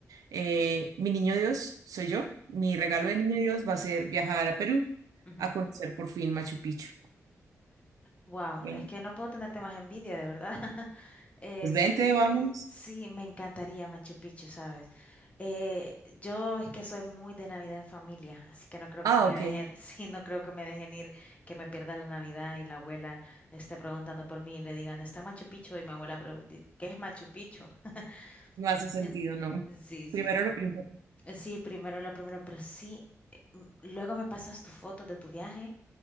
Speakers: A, on the right (about 85°); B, on the left (about 25°).
A: eh, mi niño Dios soy yo. Mi regalo
B: Ujú,
A: de niño Dios va a ser viajar a Perú
B: ujú.
A: a conocer por fin Machu Picchu.
B: Wow,
A: Eh,
B: es que no puedo tenerte más envidia, de verdad. <laughs> Eh,
A: pues
B: sí,
A: vente, vamos.
B: eh, sí, me encantaría Machu Picchu, ¿sabes? Eh, yo es que soy muy de Navidad en familia, así que no creo
A: Ah,
B: que me
A: ok,
B: dejen, <laughs> sí, no creo que me dejen ir, que me pierda la Navidad y la abuela esté preguntando por mí y le digan, ¿está Machu Picchu? Y mi abuela pregunta, ¿qué es Machu Picchu? <laughs>
A: no hace sentido,
B: En-
A: no.
B: Sí, sí,
A: Primero
B: sí.
A: lo primero.
B: Sí, primero lo primero, pero sí, eh, m- luego me pasas tus fotos de tu viaje